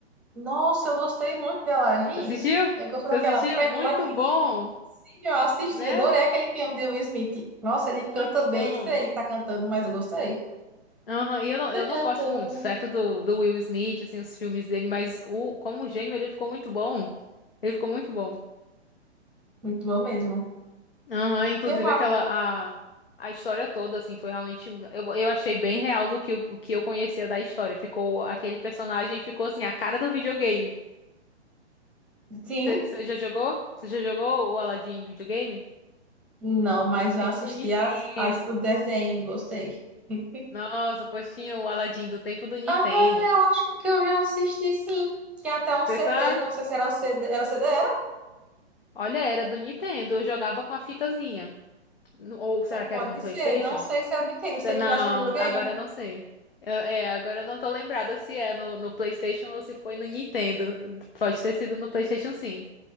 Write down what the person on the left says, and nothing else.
Você assistiu?
Você
assistiu?
Muito
bom,
né?
Muito
bom.
Aham, e eu não,
eu não
gosto muito, certo, do, do Will Smith, assim, os filmes dele, mas o, como gênio ele ficou muito bom. Ele ficou muito bom.
Aham, inclusive
aquela, a, a história toda, assim, foi realmente, eu, eu achei bem real do que, o que eu conhecia da história. Ficou, aquele personagem ficou, assim, a cara do videogame.
Você já jogou? Você já jogou o Aladdin em videogame?
Do tempo
do Nintendo.
Nossa, pois tinha o Aladdin do tempo do Nintendo.
Você
sabe?
Olha, era do Nintendo, eu jogava com a fitazinha. No- Ou será
que era no PlayStation?
Não,
agora
eu não sei. Eu- é, agora eu não tô lembrada se é no, no PlayStation ou se foi no Nintendo. Pode ter sido no PlayStation, sim.